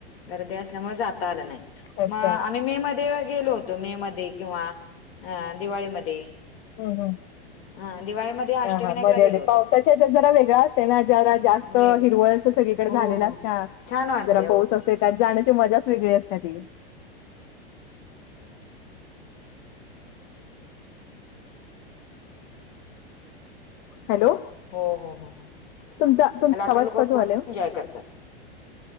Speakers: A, on the left (about 70°); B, on the left (about 45°).
A: गर्दी असल्यामुळे जाता आलं नाही.
B: अच्छा
A: म आम्ही मे मध्ये गेलो होतो. मे मध्ये किंवा अ दिवाळीमध्ये.
B: ह, ह.
A: हा दिवाळीमध्ये अष्टविनायकला
B: हा हा मध्ये
A: गेलो
B: आधे.
A: होतो
B: पावसाच्या हच्यात जरा वेगळा असते ना. जरा जास्त
A: होय
B: हिरवळ असं सगळीकडे
A: हो
B: झालेलं
A: हो
B: असते ना.
A: छान वाटते
B: जरा
A: हो
B: पाऊस
A: हो
B: असते. त्यात जाण्याची मजाच वेगळी असते ती. हॅलो.
A: हो, हो, हो.
B: तुमचा तुमचा
A: होला आता
B: आवाज
A: लोक
B: कट व्हायलाय
A: भरपूर
B: ओ.
A: एन्जॉय करतात.